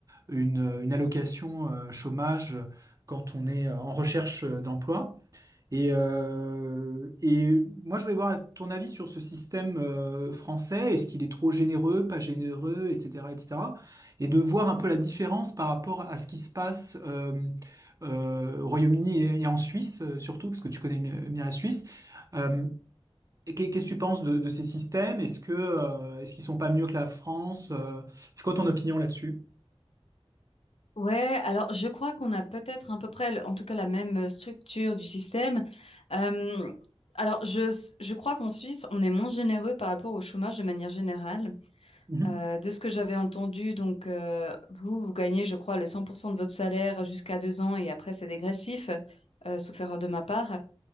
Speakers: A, on the right (about 35°); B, on the left (about 70°).
A: une, une allocation euh, chômage euh, quand on est euh, en recherche euh, d'emploi. Et, euh, et moi, je voulais voir ton avis sur ce système euh, français. Est-ce qu'il est trop généreux, pas généreux, etc., etc. Et cetera. Et de voir un peu la différence par rapport à ce qui se passe euh, euh, au Royaume-Uni et, et en Suisse, euh, surtout, parce que tu connais bien bien la Suisse. Euh, et qu'est- qu'est-ce que tu penses de, de ces systèmes? Est-ce que euh, est-ce qu'ils sont pas mieux que la France? Euh, c'est quoi ton opinion là-dessus?
B: Ouais, alors je crois qu'on a peut-être à peu près, le- en tout cas, la même euh, structure du système. Euh, alors je, je crois qu'en Suisse, on est moins généreux par rapport au chômage de manière générale.
A: Mhm.
B: Euh, de ce que j'avais entendu, donc euh, vous, vous gagnez, je crois, le 100% de votre salaire jusqu'à deux ans et après c'est dégressif, euh, sauf erreur de ma part.